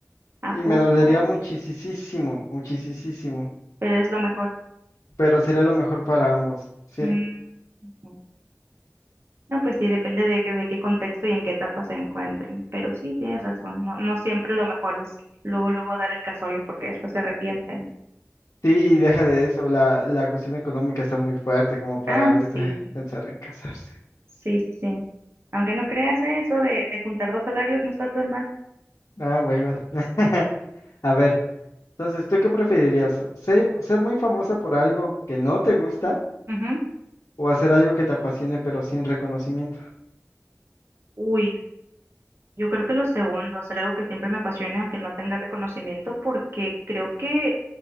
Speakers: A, on the left (about 75°); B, on the right (about 50°).
A: Y
B: ¿A poco?
A: me dolería muchísimo, muchísimo.
B: Pero es lo mejor.
A: Pero sería lo mejor para ambos. Sí,
B: Mm, ujú. No, pues sí, depende de, de qué contexto y en qué etapa se encuentren. Pero sí, tienes razón. No, no siempre lo mejor es luego, luego dar el casorio porque después se arrepienten.
A: sí, y deja de eso. La, la cuestión económica está muy fuerte como para
B: Ah,
A: ahorita
B: sí.
A: pensar en casarse.
B: Sí, sí, sí. Aunque no creas eh, eso de, de juntar dos salarios no está tan mal.
A: Ah, bueno. <laughs> A ver. Entonces, ¿tú qué preferirías? ¿Ser, ser muy famosa por algo que no te gusta
B: Ujú.
A: o hacer algo que te apasione pero sin reconocimiento?
B: Uy, Yo creo que lo segundo, hacer algo que siempre me apasione, aunque no tenga reconocimiento, porque creo que